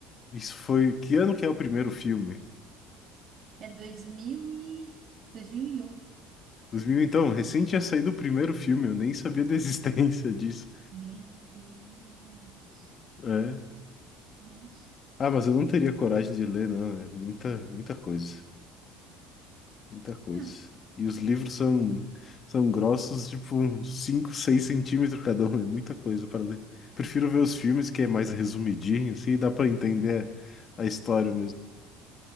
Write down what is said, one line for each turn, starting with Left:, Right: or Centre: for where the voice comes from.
Left: isso foi, que ano que é o primeiro filme?
Right: É dois mil e... dois mil e um
Left: dois mil então, recém tinha saído o primeiro filme, eu nem sabia da existência <laughs> disso,
Right: Meu Deus.
Left: né?
Right: Nossa.
Left: Ah, mas eu não teria coragem de ler, não, é muita, muita coisa, muita coisa.
Right: Ah,
Left: E os livros são, são grossos, tipo, uns 5, 6 centímetros cada um, é muita coisa para ler. Prefiro ver os filmes, que é mais resumidinho, assim, dá para entender a história